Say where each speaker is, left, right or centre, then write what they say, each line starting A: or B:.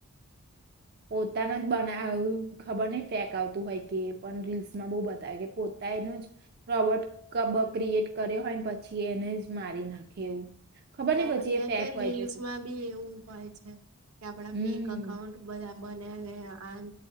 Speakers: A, on the right; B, on the right.
A: પોતાના જ બના ખબર ન ફેક આવતું હોય કે પણ રીલ્સમાં બહ બતાવે કે પોતા એનું જ રોબોટ ક ક્રિએટ કર્યો હોયને પછી એને જ મારી નાખે એવું. ખબર
B: હા
A: નય પછી
B: અત્યારે
A: એ ફેક
B: તો
A: હોય
B: રીલ્સમાં
A: કે શું
B: બી એવું હોય છે કે આપડા
A: હમ
B: ફેક અકાઉન્ટ બધા બને્યા છે, આન